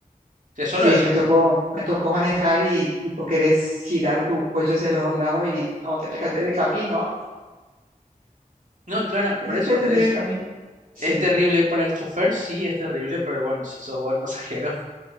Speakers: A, on the right (about 60°); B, on the right (about 75°).
A: O sea, solo
B: sí,
A: eso.
B: me tocó, me tocó manejar y tipo querés girar tu cuello hacia los dos lados y no, tenés que atender el camino.
A: No, y claro,
B: Tenés
A: por eso
B: que atender
A: es,
B: el camino. Sí,
A: es terrible para el chofer, sí, es terrible, pero bueno, si sos vos el pasajero,